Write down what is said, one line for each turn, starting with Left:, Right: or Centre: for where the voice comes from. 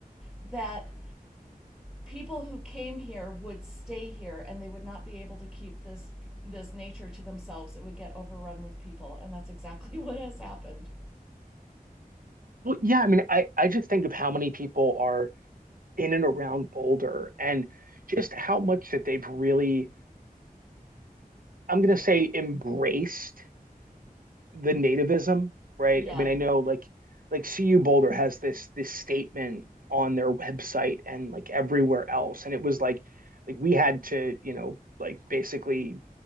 Centre: that people who came here would stay here and they would not be able to keep this this nature to themselves it would get overrun with people and that's exactly <laughs> what has happened
Right: well, yeah. I mean, I I just think of how many people are in and around Boulder and just how much that they've really I'm gonna say embraced the nativism, right?
Centre: yeah
Right: I mean, I know like like CU Boulder has this this statement on their website and like everywhere else, and it was like like we had to, you know, like basically,